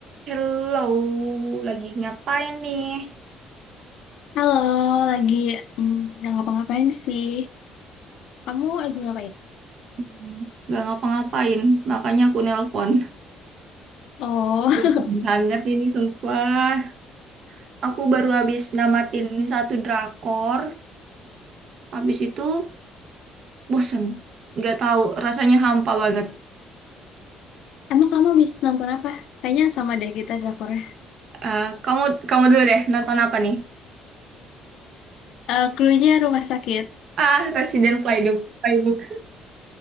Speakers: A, on the right (about 50°); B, on the left (about 70°).
A: Hello, lagi ngapain nih?
B: Halo, lagi mm, nggak ngapa-ngapain sih. Kamu lagi ngapain?
A: Hmm, Gak ngapa-ngapain, makanya aku nelpon.
B: Oh,
A: Dingin
B: <laughs>
A: Banget ini sumpah. Aku baru habis namatin satu drakor, habis itu bosen. Gak tahu, rasanya hampa banget.
B: emang kamu habis nonton apa? Kayaknya sama deh kita drakornya.
A: Eh, kamu kamu dulu deh, nonton apa nih?
B: Eh, clue-nya rumah sakit.
A: Ah, Resident Playbook. Playbook.